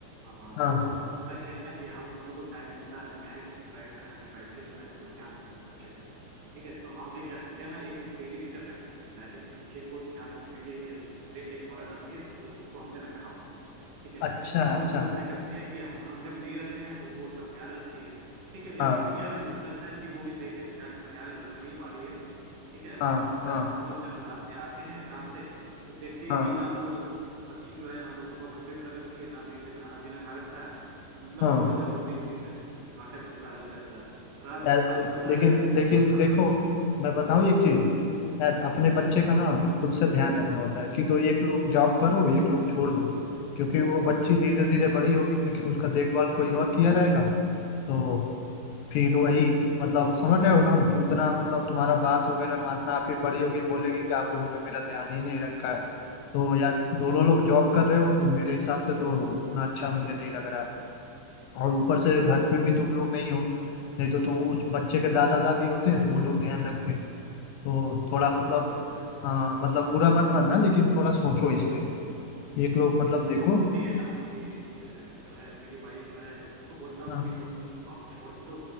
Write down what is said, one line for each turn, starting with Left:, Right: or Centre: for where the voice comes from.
Right: हाँ
Left: हाँ
Right: तो अब होता क्या है ना कि हम दोनों को टाइम मिलता नहीं है कि बैठ घर में बैठ के इतना इसको ध्यान दें बच्चे को ठीक है तो हमने क्या किया ना एक बेबी सिटर रख लिया है। एक बच्चे को ध्यान रखने के लिए एक एक औरत आती है तो उसको हमने रखा हुआ है ठीक है
Left: अच्छा
Right: तो
Left: अच्छा
Right: वो क्या करती है कि हम जब नहीं रहते हैं तो वो उसका ख्याल रखती है ठीक है लेकिन
Left: हाँ
Right: यार मुझे लगता है कि वो भी सही से ख्याल ख्याल रख नहीं पा रही है ठीक है
Left: हाँ
Right: मैं
Left: हाँ
Right: हम लोग जब रात में आते हैं काम से तो देखते हैं
Left: हाँ
Right: कि ना तो वो बच्ची जो है ना तो होमवर्क कंप्लीट कर रखी है ना सही से खाना पीना खा रखा है मतलब
Left: हाँ
Right: ऊपर से रोती रोती रहती है नाटक उनका अलग रहता है रात
Left: यार
Right: रात
Left: दे-
Right: होता
Left: लेकिन
Right: है तो
Left: लेकिन
Right: रा, रात
Left: देखो मैं बताऊँ एक चीज यार अपने बच्चे का ना खुद से ध्यान रखना होता है कि तो एक लोग जॉब करो एक लोग छोड़ दो क्योंकि वो बच्ची धीरे
Right: हम्म,
Left: धीरे बड़ी होगी लेकिन उसका देखभाल कोई और किया रहेगा तो
Right: हम्म, हम्म,
Left: फिर वही मतलब समझ रहे हो ना कि उतना मतलब तुम्हारा बात वगैरह मानना फिर बड़ी होगी बोलेगी कि आप लोगों ने मेरा ध्यान ही नहीं रखा है तो यार दोनों
Right: हम्म,
Left: लोग जॉब कर रहे हो तो मेरे हिसाब से तो उतना अच्छा मुझे नहीं लग रहा है और ऊपर से घर पे भी तुम लोग नहीं हो नहीं तो तुम उस बच्चे के दादा दादी होते हैं तो वो लोग ध्यान रखते हैं तो थोड़ा
Right: सही
Left: मतलब
Right: बात है
Left: हाँ मतलब बुरा मत मानना लेकिन थोड़ा सोचो इस पे एक लोग मतलब देखो
Right: देखो वही है ना कि अ, जो है मेरी वाइफ जो है उसको बोलता हूँ
Left: हाँ
Right: कि तुम जॉब छोड़ दो